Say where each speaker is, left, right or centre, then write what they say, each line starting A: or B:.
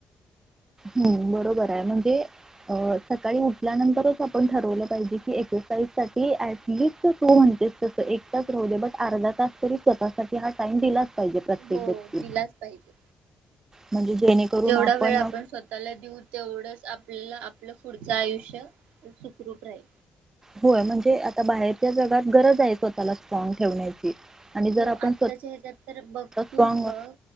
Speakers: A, on the right; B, on the right.
A: हो बरोबर आहे म्हणजे अअ सकाळी उठल्यानंतरच आपण ठरवलं पाहिजे की एक्सरसाइज साठी ऍटलीस्ट तू म्हणतेस तस एक तास राहूदे बट अर्धा तास तरी स्वतःसाठी हा टाइम दिलाच पाहिजे प्रत्येक
B: हो
A: व्यक्ती
B: दिलाच पाहिजे.
A: म्हणजे जेणेकरून
B: जेवढा
A: आपण
B: वेळ स्वतःला देऊ तेवढंच आपल्याला आपलं पुढचं आयुष्य सुखरूप राहील.
A: होय म्हणजे आता बाहेरच्या जगात गरज आहे स्वतःला स्ट्रॉंग ठेवण्याची आणि जर
B: हो
A: आपण
B: आत्ताच्या
A: स्वतः
B: ह्याच्यात तर बघ
A: स्ट्रॉंग
B: तूच बघ